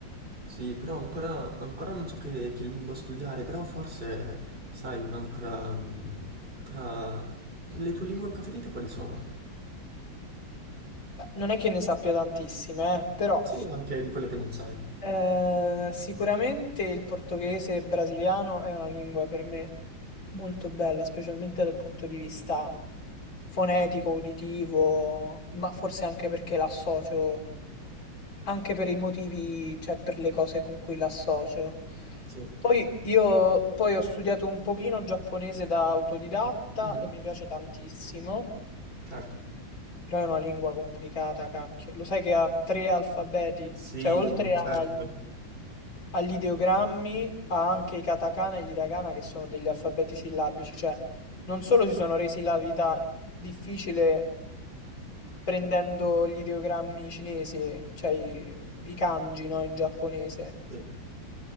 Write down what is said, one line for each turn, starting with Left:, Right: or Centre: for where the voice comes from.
Right: Sì, però ancora, ancora non so che, che lingua studiare, però forse, sai, un'altra... mm, tra le tue lingue preferite quali sono?
Left: Beh, Non è che ne sappia tantissime, eh, però
Right: Sì, anche di quelle che non sai.
Left: Eh, sicuramente il portoghese brasiliano è una lingua per me molto bella, specialmente dal punto di vista fonetico, uditivo, ma forse anche perché l'associo, anche per i motivi, cioè per le cose con cui l'associo.
Right: Sì.
Left: Poi io poi ho studiato un pochino giapponese da autodidatta
Right: Mhm.
Left: e mi piace tantissimo,
Right: Certo.
Left: però è una lingua complicata, cacchio. Lo sai che ha tre alfabeti,
Right: Sì,
Left: cioè oltre agli...
Right: certo.
Left: Agli ideogrammi, a anche i katakana e gli hiragana che sono degli alfabeti sillabici, cioè non solo si sono resi la vita difficile prendendo gli ideogrammi cinesi, cioè i, i kanji, no, in giapponese.
Right: Sì.